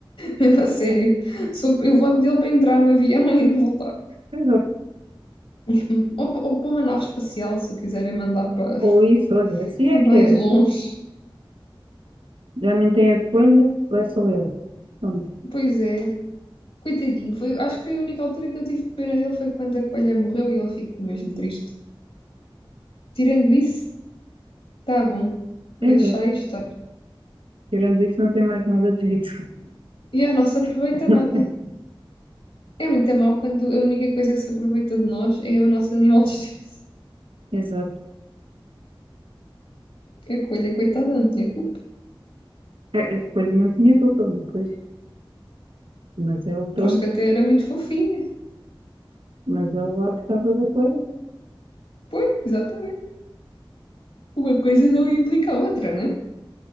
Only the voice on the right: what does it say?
Exato.
Ou isso, olha, assim
é que
era.
Já nem tem a escolha, vai só ele. Pronto.
Exato.
Tirando isso, não tem mais nada de jeito.
<laughs>
Exato.
A a escolha não tinha culpa, pois. Mas ele, pronto.
Mas ele lá gostava da coisa.